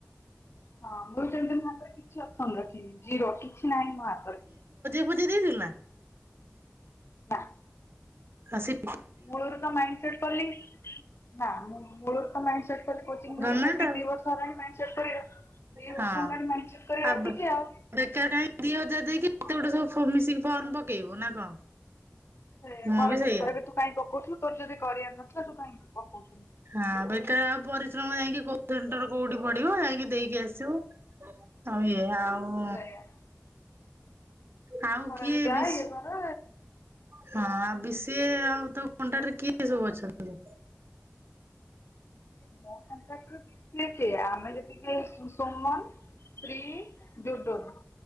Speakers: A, on the left (about 60°); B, on the right (about 50°).
A: ହଁ ମୁଁ ଯେମିତି ମୋ ହାତରେ କିଛି ଅପସନ୍ ରଖିନି ଜିରୋ କିଛି ନାହିଁ ମୋ ହାତରେ।
B: ବୁଝି ଦେଇଥିଲୁ ନା?
A: ନା।
B: ଆସିପ୍
A: ମୂଳରୁ ତ ମାଇଣ୍ଡ ସେଟ୍ କଲି ନା ମୁଁ ମୂଳରୁ ତ ମାଇଣ୍ଡ ସେଟ୍ କରି କୋଚିଙ୍ଗ ନେବି
B: ଗମେଣ୍ଟ
A: ନେବି
B: ଆଉ
A: ଦିବର୍ଷ ହେଲାଣି ମାଇଣ୍ଡ ସେଟ୍ କରି ଦି
B: ହଁ
A: ବର୍ଷ ହେଲାଣି ମାଇଣ୍ଡ ସେଟ୍ କରି
B: ଆବ
A: ରଖିଛି ଆଉ
B: ବେକାର କାଇଁ ଦିହଜାର ଦେଇକି କି କେତେ ଗୋଟେ ସବୁ ମିଶିକି ଫର୍ମ ପକେଇବୁ ନା କଣ?
A: ସେ
B: ମୁଁ
A: ଘରେ
B: ବି
A: ପୁଣି
B: ସେଇଆ
A: କହିବେ ତୁ କାହିଁ ପକଉଥିଲୁ ତୋର ଯଦି କରିବାର ନଥିଲା ତୁ କାହିଁକି ପକଉଥିଲୁ।
B: ହଁ ବେକାରେ ଆଉ ପରିଶ୍ରମ ଯାଇକି କୋଉ ସେଣ୍ଟର କୋଉଠି ପଡିବ ଯାଇଁକି ଦେଇକି ଆସିବ। ଆଉ ଏ ଆଉଁ
A: ସେଇଆ
B: ଆଉ
A: ଖରାରେ
B: କିଏ
A: ଯା
B: ବିସି
A: ଇଏ କର
B: ହଁ ଆଉ ବିଷିଏ ଆଉ ତୋ କଣ୍ଟାକ୍ଟରେ କିଏ ସବୁ ଅଛନ୍ତି?
A: ମୋ କଣ୍ଟାକ୍ଟ ରେ କିଏ କିଏ ଆମେ ଯେତିକି ଏଇ କୁସୁମ ଶ୍ରୀ ଡୋଡୋନ୍